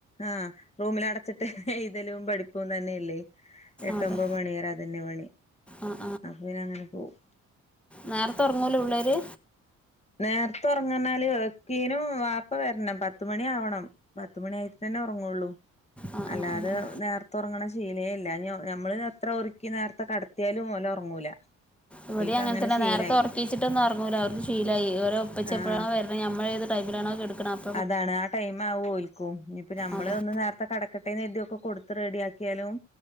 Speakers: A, on the left (about 20°); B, in the centre.
A: ആഹ് റൂമില് അടച്ചിട്ട് എഴുതലും പഠിപ്പും തന്നെയല്ലേ എട്ടൊമ്പത്
B: അതെ
A: മണിരെ അതന്നെ പണി
B: ആഹ്
A: അപ്പ പിന്നെ അങ്ങനെ പോകും
B: നേർത്തെ ഒറങ്ങൂല്ലേ പിള്ളേര്
A: നേർത്തെ ഒറങ്ങാണാല് ഒക്കീനും വാപ്പ വരണം പത്ത് പത്തുമണി ആവണം പത്തു മണി ആയിട്ടന്നെ ഒറങ്ങുള്ളൂ
B: ആഹ്
A: അല്ലാതെ
B: ആഹ് ആഹ് ആഹ്
A: നേർത്തേ ഒറങ്ങണ ശീ ശീലേല്ല, നമ്മളിനി എത്ര ഒരുക്കി നേരത്തെ കടത്തിയാലും ഒന് ഉറങ്ങൂല.
B: ഇവിടെ
A: ഓൽക്ക്
B: അങ്ങനെ തന്നെ
A: ശീലായി
B: നേരത്തെ ഉറക്കി. ച്ചിട്ടൊന്നും ഉറങ്ങൂല്ല, അവർക്ക് ശീലായി ഓര ഉപ്പച്ചി
A: ആഹ്
B: എപ്പോഴാണോ വരണത് നമ്മൾ ഏത് ടൈമിലാണോ കടക്കണത് അപ്പ
A: അതാണ് ആഹ് ടൈം ആവും ഓൽക്കും. ഇനിയിപ്പോ നമ്മള്
B: അതെ
A: ഒന്ന് നേരത്തെ കടക്ക ക്കട്ടെന്ന് കരുതി ഒക്കെ കൊടുത്ത് റെഡിയാക്കിയാലും,